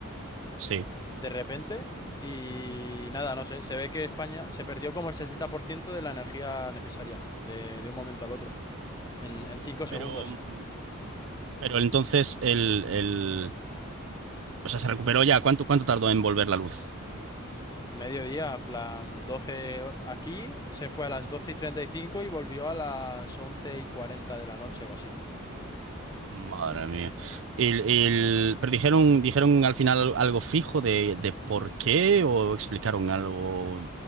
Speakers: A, on the right; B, on the left.
A: Sí.
B: De repente. Y nada, no sé. Se ve que España se perdió como el 60% de la energía necesaria de, de un momento al otro. En, en 5 segundos.
A: Pero, mm, pero entonces el, el- o sea, se recuperó ya. ¿Cuánto, cuánto tardó en volver la luz?
B: Mediodía, en plan 12, o- aquí. Se fue a las 12 y treinta y cinco y volvió a las 11 y 40 de la noche o así.
A: Madre mía. El, el- pero dijeron, dijeron al final al- algo fijo de, de por qué o explicaron algo